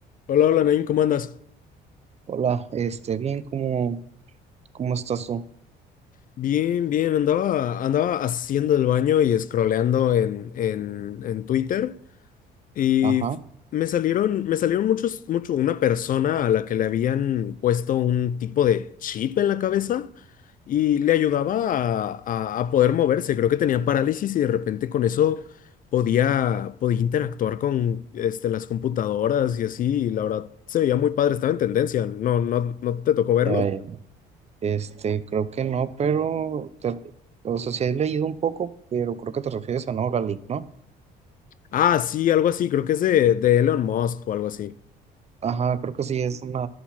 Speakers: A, on the left (about 50°); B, on the right (about 35°).
A: Hola, hola Nain, ¿cómo andas?
B: Hola, este, bien, ¿cómo, cómo estás tú?
A: Bien, bien, andaba, andaba haciendo el baño y scrolleando en, en, en Twitter y
B: Ajá,
A: me salieron, me salieron muchos, mucho una persona a la que le habían puesto un tipo de chip en la cabeza y le ayudaba a, a- a poder moverse. Creo que tenía parálisis y de repente con eso podía, podía interactuar con este, las computadoras y así. Y la verdad se veía muy padre, estaba en tendencia. No, no, ¿no te tocó verlo?
B: ya, ya. Este, creo que no, pero, te- o sea, sí he leído un poco, pero creo que te refieres a Neuralink, ¿no?
A: Ah, sí, algo así, creo que es de, de Elon Musk o algo así.
B: Ajá, creo que sí, es una